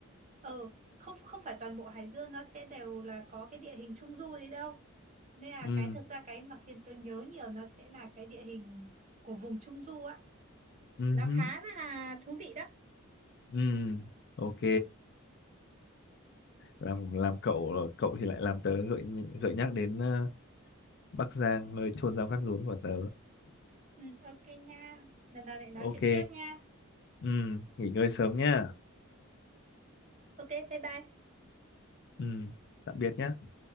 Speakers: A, on the right; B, on the left.
A: ờ, không không phải toàn bộ Hải Dương nó sẽ đều là có cái địa hình Trung Du đấy đâu. Nên là
B: ừ,
A: cái thực ra cái mà khiến tớ nhớ nhiều nó sẽ là cái địa hình của vùng Trung Du á.
B: ừ,
A: Nó khá là thú vị đó.
B: ừ, ok. Làm làm cậu cậu thì lại làm tớ gợi gợi nhắc đến ờ, Bắc Giang nơi chôn rau cắt rúm của tớ.
A: Ừ, ok nha. Lần nào lại nói
B: Ok,
A: chuyện tiếp nha.
B: ừ, nghỉ ngơi sớm nhá.
A: Ok, bye bye.
B: Ừ, tạm biệt nhá.